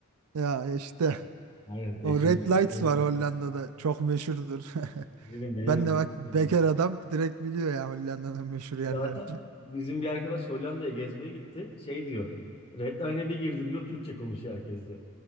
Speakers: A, on the right (about 80°); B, on the left (about 25°).
A: Ya işte
B: Aynen eşimizi,
A: o Red Lights
B: çoluğumuzu
A: var Hollanda'da çok meşhurdur. <laughs>
B: bilirim bilirim.
A: Ben de bak bekar
B: bilirim.
A: adam direkt biliyor ya Hollanda'nın meşhur yerlerini.
B: Zaten bizim bir arkadaş Hollanda'ya gezmeye gitti. Şey diyor. Redline'e bir girdim diyor. Türkçe konuşuyor herkes diyor.